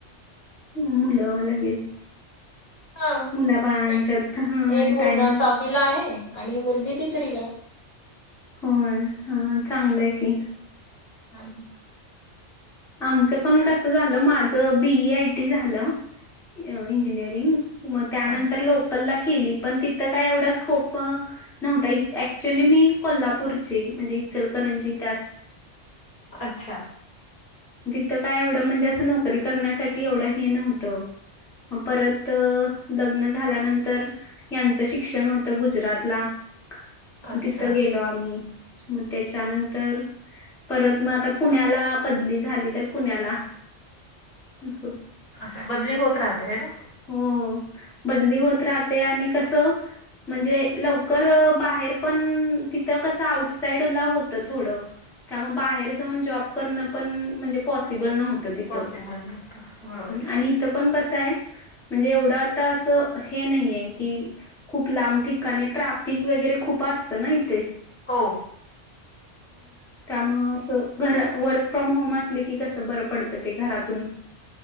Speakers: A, in the centre; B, on the left (about 50°).
A: मुलं लगेच
B: हा
A: मुलाबाळंच्यात
B: एक एक मुलगा
A: टाइम का
B: सहावीला आहे आणि मुलगी तिसरी ला <inaudible>
A: होय हा चांगलंय की,
B: हा,
A: आमचं पण कस झालं माझ बी. ए. आय. टी. झालं. इंजिनियरिंग त्यानंतर
B: अच्छा
A: लोकल ला ली पण तिथ काय एवढा स्कोप नव्ह ऍक्च्युली मी कोल्हापूर म्हणजे इचल कणंजीत,
B: अच्छा,
A: तिथं काय एवढं म्हणजे असं नोकरी करण्यासाठी एवढं हे नव्हतं मग परत लग्न झाल्यानंतर यांचं शिक्षण होतं गुजरातला म
B: अच्छा
A: तिथं गेलो आम्ही मग त्याच्यानंतर परत मग आता पुण्याला बदली झाली तर पुण्याला अस
B: असे बदली होत राहते है ना
A: हो बदली होत राहते आणि कस म्हणजे लवकर बाहेर पण तिथं कसं आउट साईडला होत थोडं त्यामुळे बाहेर जाऊन जॉब करणं पण म्हणजे पॉसिबल नव्हत तिथ्
B: पॉसिबल नव्हतं बरोबर आहे
A: आणि इथं पण कसं आहे म्हणजे एवढं आता असं हे नाहीये की खूप लांब ठिकाणी ट्राफिक वगैरे खूप खपत ना इथे्
B: हो
A: त्यामुळे असे घर वर्क फ्रॉम होम असले की कसं बरं पडत ते घरातून